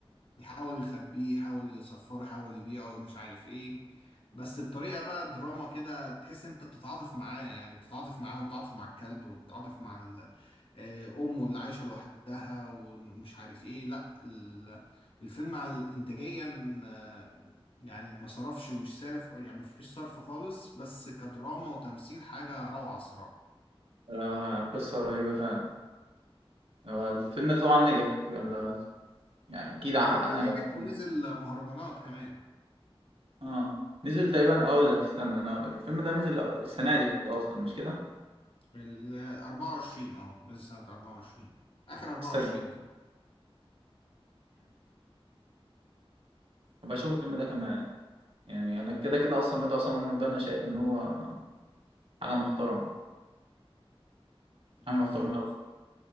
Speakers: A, on the left; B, on the right.
A: يحاول يخبيه يحاول يصفره يحاول يبيعه مش عارف ايه بس بطريقة بقى دراما كده تحس انت بتتعاطف معاه يعني بتتعاطف معاه وبتتعاطف مع الكلب وبتتعاطف مع ال- آه، امه اللي عايشة لوحدها ومش عارف ايه لا ال- الفيلم على انتاجيا آه، يعني ما صرفش مش صارف يعني ما فيش صرف خالص بس كدراما وتمثيل حاجة روعة الصراحة
B: آه، قصه غريبه فعلا هو الفيلم ده طبعا نجح ولا يعني اكيد
A: الفيلم
B: حقق
A: ده
B: نجاح
A: نجح
B: كبير.
A: ونزل مهرجانات كمان
B: اه نزل تقريبا اقول لك استنى انا اقول لك الفيلم ده نزل السنه دي اصلا مش كده
A: ال 24 اه نزل سنة 24 آخر 24
B: لسه
A: كده
B: بشوف الفيلم ده كمان يعني انا كده كده اصلا ندى عصام عمر ده انا شايف ان هو حاجه محترمه
A: بالظبط
B: حاجه محترمه قوي